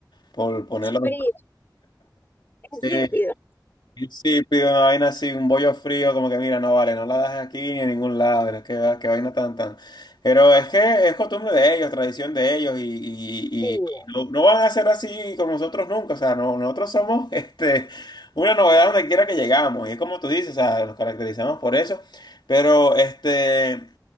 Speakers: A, on the left; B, on the left.
A: Por ponerlo
B: Frío, <laughs> insípido,
A: de sí, sí, pido una vaina así, un bollo frío, como que mira, no vale, no la das aquí ni en ningún lado, que qué, va- qué vaina tan tan. Pero es que es costumbre de ellos, tradición de ellos, y, y-
B: frío.
A: y- y no, no van a ser así con nosotros nunca. O sea, no, nosotros somos <laughs> este, una novedad donde quiera que llegamos. Y es como tú dices, o sea, nos caracterizamos por eso. Pero este.